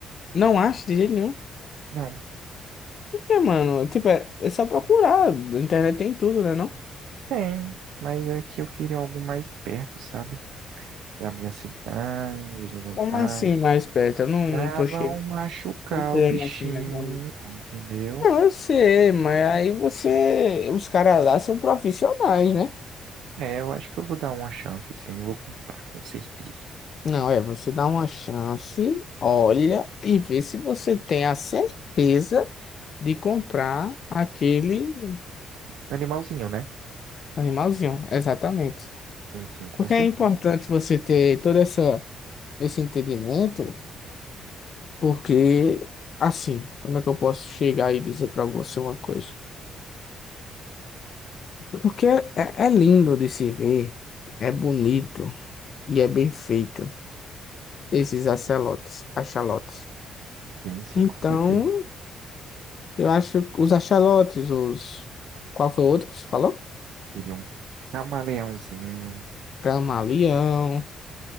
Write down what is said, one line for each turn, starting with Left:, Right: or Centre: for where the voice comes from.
Left: não acha de jeito nenhum.
Right: Não,
Left: Por quê, mano? Tipo, é, é só procurar. Na internet tem tudo, né, não?
Right: tem, mas é que eu queria algo mais perto, sabe? Da minha cidade e tudo
Left: Como
Right: mais.
Left: assim mais perto? Eu não,
Right: Pra
Left: não tô
Right: não
Left: cheio.
Right: machucar
Left: Tô entendendo
Right: o bichinho,
Left: assim, né? mano?
Right: entendeu?
Left: Não, eu sei, mas aí você. Os caras lá são profissionais, né?
Right: É, eu acho que eu vou dar uma chance, sim. Eu vou comprar, com certeza.
Left: Não, é, você dá uma chance, olha e vê se você tem a certeza de comprar aquele
Right: Animalzinho, né?
Left: Animalzinho, exatamente.
Right: Sim, sim, com
Left: Porque
Right: certeza.
Left: é importante você ter todo essa, esse entendimento, porque, assim, como é que eu posso chegar e dizer para você uma coisa? Porque é, é lindo de se ver, é bonito e é bem feito, esses axolotes, axolotes.
Right: Sim, sim,
Left: Então,
Right: com certeza.
Left: eu acho que os axolotes, os... Qual foi o outro que você falou?
Right: Queria um camaleãozinho.
Left: Camaleão,